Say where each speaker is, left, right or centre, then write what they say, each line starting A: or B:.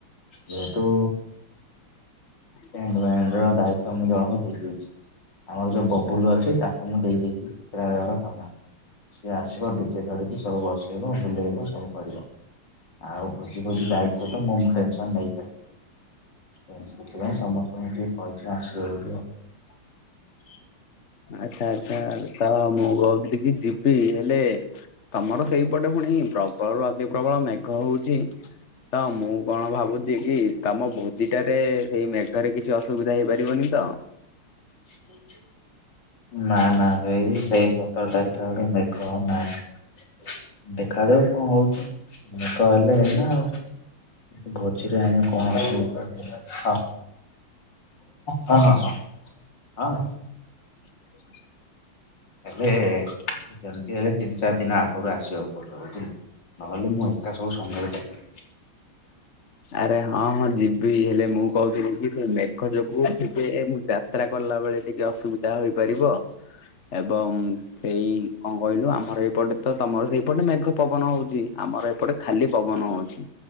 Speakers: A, on the left (about 60°); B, on the left (about 40°).
A: ଯେହେତୁ
B: କଁ
A: ଟେଣ୍ଟ
B: କରିଆ
A: ବ୍ୟାଣ୍ଡ
B: ନିଜେ ତ
A: ର ଦାୟିତ୍ଵ
B: <unintelligible>
A: ଜଣଙ୍କୁ ଦେଇଦେଇଛି। ଆମର ଯୋଉ ବବୁଲ ଅଛି ତାକୁ ମୁଁ ଦେଇ ଦେଇଦେଇ ଇ ଚିତ୍ରାଳୟର କାମ। ସିଏ ଆସିବ ଟି? ଯେ ଧରିକି ସବୁ ବସେଇବ, ବୁଲେଇବ ସବୁ କରିବ। ଆଉ ଭୋଜି ଫୋଜି ଦାୟିତ୍ଵ ତ ମୁଁଁ ମୁ ଟେନସନ୍ ନେଇପାରିବି। ଏଁ ସେଥିପାଇଁ ସମସ୍ତଙ୍କୁ ଟିକେ କହିଛୁ ଆସିବ ବୋଲି ଆଉ।
B: ଆଚ୍ଛା ଆଚ୍ଛା, ତ ମୁଁ କହୁଥିଲି କି ଯିବି ହେଲେ ତମର ସେଇପଟେ ଫୁଣି ପ୍ରବଳରୁ ଅତି ପ୍ରବଳ ମେଘ ହଉଛି। ତ ମୁଁ କଣ ଭାବୁଛି କି ତମ ଭୋଜିଟାରେ ହେଇ ମେଘରେ କି ଛି ଅସୁବିଧା ହେଇପାରିବନି ତ?
A: ଭୋଜି ନାଁ ନାଁ ଏଇ ସେଇ ସତର ତାରିଖ ଆଡ଼େ ମେଘ ଆଉ ନାଇ। ଦେଖାଯାଉ କଁ ହଉଛି ମେଘ ହେଲେ ହେଲା ଆଉ। କିନ୍ତୁ ଭୋଜିରେ ଆମେ କଣ ସବୁ କରିବା? ହଁ। ହଁ ହଁ ହଁ ହଁ।
B: ଏଇକ୍ଷୁଣି
A: ଆବେ ଉ ଯେମତି ହେଲେ ତିନି ଚାର ଦିନ ଆଗରୁ ଆସିବାକୁ ପଡ଼ିବ ବୁଝିଲୁ? ନହେଲେ ମୁଁ ଏ ତା ସବୁ ସମ୍ଭାଳି ପାରିବିନି।
B: ଆରେ ହଁ ହଁ ଯିବି ହେଲେ ମୁଁ କହୁଥିଲି କି ସେ ମେଘ ଯୋଗୁ ଟିକେ ମୁଁ ଯା ତ୍ରା କଲାବେଳେ ଟିକେ ଅସୁବିଧା ହୋଇପାରିବ ଏବଂ ହେଇ କଁ କହିଲୁ ଆମର ଏଇପଟେ ତ ତମର ସେଇପଟେ ମେଘ ପବନ ହଉଚି ଆମର ଏପଟେ ଖାଲି ପବନ ହଉଛି